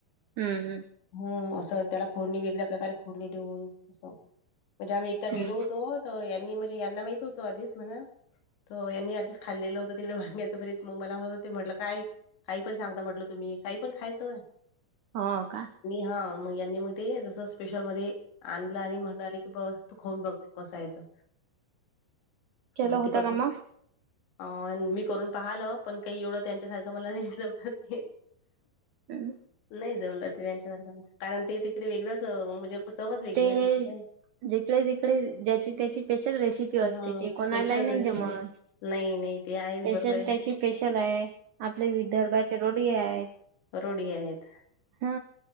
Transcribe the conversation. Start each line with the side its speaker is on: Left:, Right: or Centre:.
Right: हम्म हम्म,
Left: हम असं त्याला फोडणी वेगळ्या प्रकारे फोडणी देऊन. असं म्हणजे आम्ही एकदा
Right: हम्म
Left: गेलो होतो. हो, यांनी म्हणजे यांना माहीत होतो आधीच म्हणा. हो, यांनी आधीच खाल्लेलं होत. तिकडे वांग्याचं भरीत मग मला म्हणत होते म्हटलं काय. काही पण सांगता म्हटलं तुम्ही काही पण खायचंय.
Right: हो का,
Left: हा मग मग ते जस स्पेशल मध्ये आणलं आणि म्हणणाले की बस तू खाऊन बघ बसायचं
Right: केलं
Left: म
Right: होतं
Left: तिक
Right: <unintelligible>
Left: अ मी करून पाहाल पण काही एवढं त्यांच्या सारखं मला नाही जमलं ते.
Right: हम्
Left: नाही जमलं ते त्यांच्यासारखं कारण ते तिकडे वेगळंच म्हणजे चवच वेगळी
Right: ते
Left: आहे त्याची काय.
Right: जिकडे तिकडे ज्याची त्याची स्पेशल रेसिपी असते
Left: ह
Right: ते कोणालाही
Left: स्पेशल
Right: नाही
Left: रेसिपी
Right: जमत.
Left: नाही नाही ते आहेच
Right: पेशल
Left: बरोबर आहे
Right: त्याची पपेशल आहे आपले विदर्भाचे रोडगे आहेत.
Left: ोढी आहेत.
Right: हा.